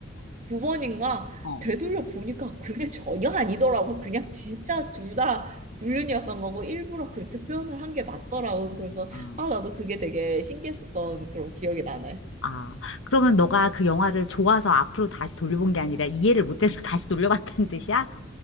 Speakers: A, on the right; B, on the left.
A: 두 번인가
B: 어.
A: 되돌려 보니까 그게 전혀 아니더라고. 그냥 진짜 둘 다 불륜이었던 거고 일부러 그렇게 표현을 한 게 맞더라고. 그래서
B: 아,
A: 아 나도 그게 되게 신기했었던 그런 기억이 나네.
B: 아, 그러면 너가 그 영화를 좋아서 앞으로 다시 돌려본 게 아니라 이해를 못해서 <laughs> 다시 돌려봤다는 뜻이야?